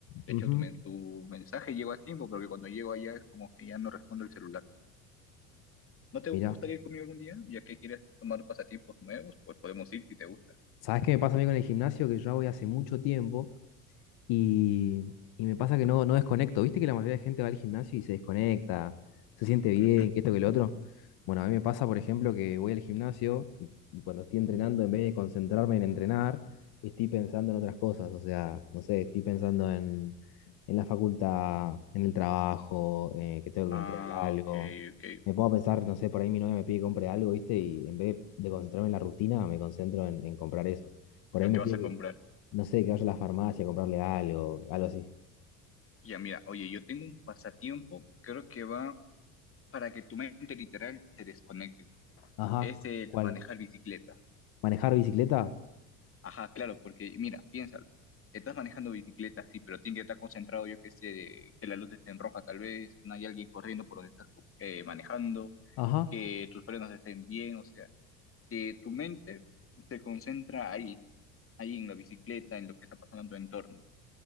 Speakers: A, on the left; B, on the left.
A: De
B: Ujú,
A: hecho, tu, men- tu mensaje llegó a tiempo, porque cuando llego allá es como que ya no respondo el celular. ¿No te gustaría
B: Mirá,
A: ir conmigo algún día? Ya que quieres tomar pasatiempos nuevos, pues podemos ir si te gusta.
B: ¿sabes qué me pasa a mí con el gimnasio? Que yo voy hace mucho tiempo. Y, y me pasa que no, no desconecto. ¿Viste que la mayoría de gente va al gimnasio y se desconecta, se siente bien,
A: Ujú.
B: que esto, que lo otro? Bueno, a mí me pasa, por ejemplo, que voy al gimnasio y, y cuando estoy entrenando, en vez de concentrarme en entrenar, estoy pensando en otras cosas. O sea, no sé, estoy pensando en, en la facultad, en el trabajo, eh, que tengo
A: Ah,
B: que entregar algo.
A: ok, ok.
B: Me pongo a pensar, no sé, por ahí mi novia me pide que compre algo, ¿viste? Y en vez de concentrarme en la rutina, me concentro en, en comprar eso. Por
A: Lo
B: ahí me
A: que vas
B: pide
A: a comprar.
B: que no sé, que vaya a la farmacia a comprarle algo, algo así.
A: Ya, mira, oye, yo tengo un pasatiempo, creo que va para que tu mente literal te desconecte.
B: Ajá,
A: Es el
B: ¿cuál?
A: manejar bicicleta.
B: ¿Manejar bicicleta?
A: Ajá, claro, porque mira, piénsalo. Estás manejando bicicleta, sí, pero tienes que estar concentrado, yo que sé, que la luz esté en roja tal vez, que no haya alguien corriendo por donde estás eh, manejando,
B: Ajá,
A: que tus frenos estén bien, o sea, que tu mente te concentra ahí. ahí en la bicicleta, en lo que está pasando en tu entorno.